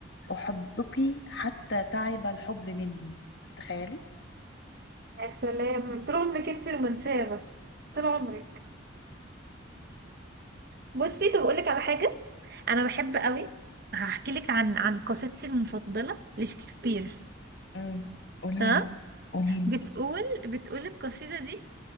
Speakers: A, on the left; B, on the right.
A: أحبك حتى تعب الحب مني تخيلي
B: يا سلام طول عمرك انت رومانسية بس طول عمرك بصي طب اقول لك على حاجة انا بحب قوي هحكي لك عن عن قصيدتي المفضلة لشكسبير
A: امم قوليلي
B: تمام
A: قوليلي
B: بتقول بتقول القصيدة دي